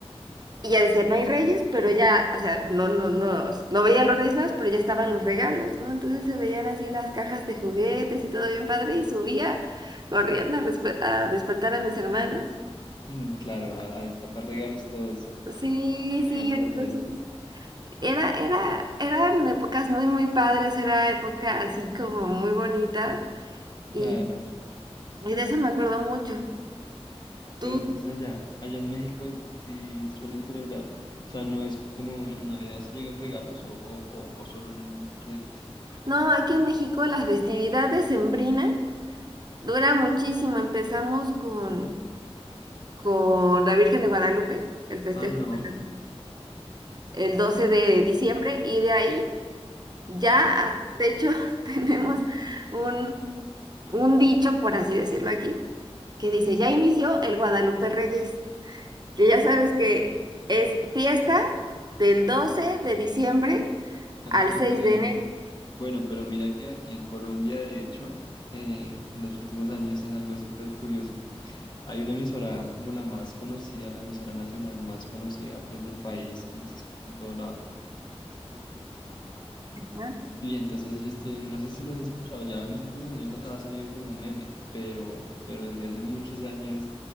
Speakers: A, on the right; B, on the left.
A: y ya decía, no hay reyes, pero ya, o sea, no, no, no, no veía los reyes más, pero ya estaban los regalos, ¿no? Entonces se veían así las cajas de juguetes y todo bien padre y subía corriendo a, respe- a despertar a mis hermanos.
B: Mm, claro, a, a destapar regalos todos
A: Sí,
B: que llegaron
A: sí, entonces
B: los Reyes.
A: era, era, eran épocas muy, muy padres, era época así como muy bonita y,
B: Claro.
A: y de eso me acuerdo mucho. ¿Tú?
B: Pero entonces allá, allá en México sí suelen celebrar. O sea, no es como en Navidad si llegan regalos o, o, o- o solo en Reyes.
A: No, aquí en México las festividades sembrina dura muchísimo. Empezamos con, con la Virgen de Guadalupe, el festejo
B: Ah, no,
A: del-
B: cl-
A: el 12 de diciembre, y de ahí ya, de hecho, <laughs> tenemos un, un dicho, por así decirlo aquí, que dice, ya inició el Guadalupe Reyes, que ya sabes que es fiesta del 12 de diciembre
B: al
A: al
B: 6
A: seis
B: de enero.
A: de enero.
B: Bueno, pero mira que aquí en Colombia, de hecho, eh, en los últimos años es algo súper curioso. Hay una emisora como la más conocida, la emisora nacional más conocida pues del país, que se escucha en todo lado.
A: ¿Ah?
B: Y entonces ellos tienen, no sé si lo has escuchado, ya en los últimos años ha salido como un meme, pero, pero desde hace muchos años